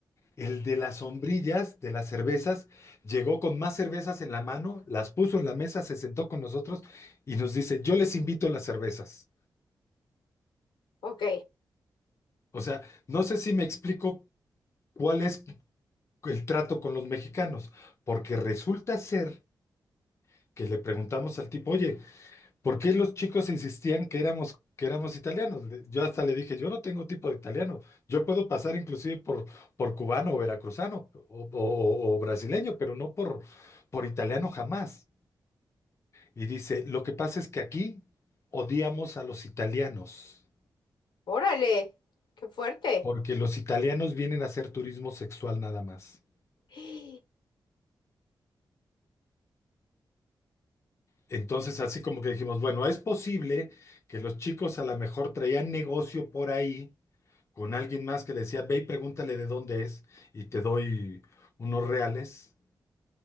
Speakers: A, on the left (about 35°); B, on the left (about 85°).
A: el de las sombrillas, de las cervezas, llegó con más cervezas en la mano, las puso en la mesa, se sentó con nosotros y nos dice, yo les invito las cervezas.
B: ok.
A: O sea, no sé si me explico cuál es el trato con los mexicanos, porque resulta ser que le preguntamos al tipo, oye, ¿Por qué los chicos insistían que éramos, que éramos italianos? Le- Yo hasta le dije, yo no tengo tipo de italiano, yo puedo pasar inclusive por, por cubano o veracruzano o, o- o brasileño, pero no por, por italiano jamás. Y dice, lo que pasa es que aquí odiamos a los italianos,
B: Órale, qué fuerte.
A: porque los italianos vienen a hacer turismo sexual nada más.
B: <gasps>
A: Entonces, así como que dijimos, bueno, es posible que los chicos a lo mejor traían negocio por ahí con alguien más que le decía, ve y pregúntale de dónde es y te doy unos reales